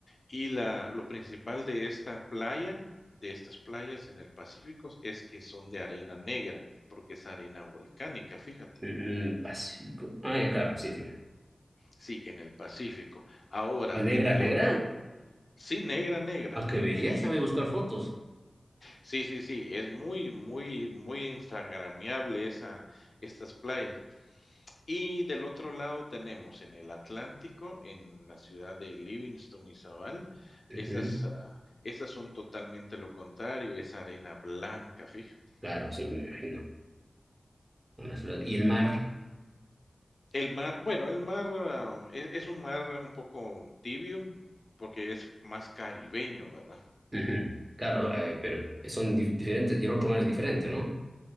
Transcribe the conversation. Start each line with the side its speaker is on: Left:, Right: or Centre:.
Left: Y la, lo principal de esta playa, de estas playas en el Pacífico, es que son de arena negra, porque es arena volcánica, fíjate.
Right: Mm, Pacífico. Ah, ya, claro, sí, sí.
Left: Sí, en el Pacífico. Ahora,
Right: Pues negra,
Left: en el
Right: negra.
Left: otro, sí, negra, negra,
Right: Ah,
Left: negra,
Right: qué belleza,
Left: negra.
Right: voy a buscar fotos.
Left: Sí, sí, sí, es muy, muy, muy instagramiable esa estas playas. Y del otro lado tenemos en el Atlántico, en la ciudad de Livingston, Izabal,
Right: Ujú,
Left: esas, ah, esas son totalmente lo contrario, es arena blanca, fíjate.
Right: Claro, sí, me imagino. Con las flores. ¿Y el mar?
Left: El mar, bueno, el mar, ah, es es un mar un poco tibio, porque es más caribeño, ¿verdad?
Right: Ujú. Claro, no, eh, pero son dif- diferentes y el otro mar es diferente, ¿no?